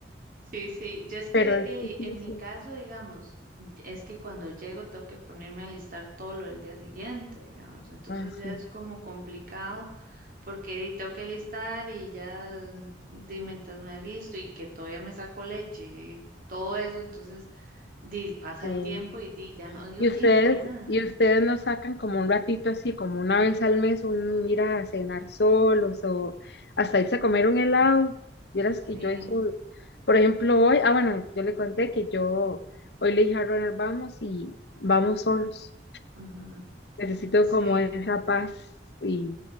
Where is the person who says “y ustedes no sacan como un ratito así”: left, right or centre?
Left